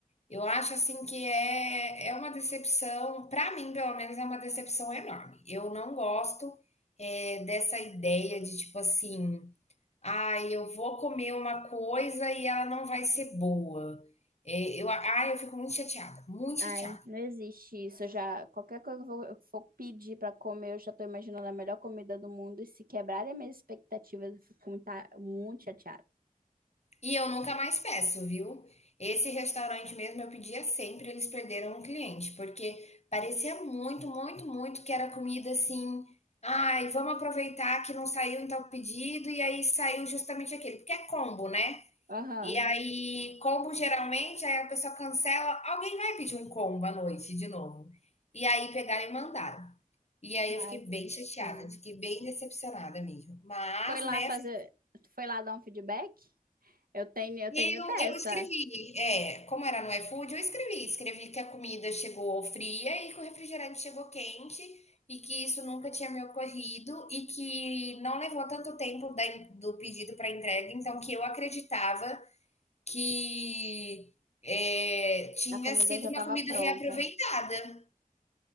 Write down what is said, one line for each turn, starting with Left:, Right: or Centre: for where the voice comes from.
Left: Eu acho assim que é, é uma decepção, para mim, pelo menos, é uma decepção enorme. Eu não gosto é, dessa ideia de tipo assim, ah, eu vou comer uma coisa e ela não vai ser boa. É, eu, ah, eu fico muito chateada, muito
Right: Ai,
Left: chateada.
Right: não existe isso. Eu já, qualquer coisa que eu for, eu for pedir para comer, eu já tô imaginando a melhor comida do mundo. E se quebrarem as minhas expectativas, eu fico muito, muito chateada.
Left: E eu nunca mais peço, viu? Esse restaurante mesmo eu pedia sempre, eles perderam um cliente, porque parecia muito, muito, muito que era comida assim. Ai, vamos aproveitar que não saiu então o pedido, e aí saiu justamente aquele, porque é combo, né?
Right: Aham.
Left: E aí, combo geralmente, aí a pessoa cancela, alguém vai pedir um combo à noite de novo. E aí pegaram e mandaram. E aí eu
Right: Ai,
Left: fiquei bem
Right: que tristeza.
Left: chateada, fiquei bem decepcionada mesmo. Mas,
Right: Foi lá
Left: né,
Right: fazer. Tu foi lá dar um feedback? Eu tenho, eu
Left: Eu,
Right: tenho dessa.
Left: eu escrevi, é, como era no iFood, eu escrevi, escrevi que a comida chegou fria e que o refrigerante chegou quente e que isso nunca tinha me ocorrido e que não levou tanto tempo da en- do pedido para entrega, então que eu acreditava que é, tinha
Right: A comida
Left: sido
Right: já
Left: uma
Right: estava
Left: comida
Right: pronta.
Left: reaproveitada.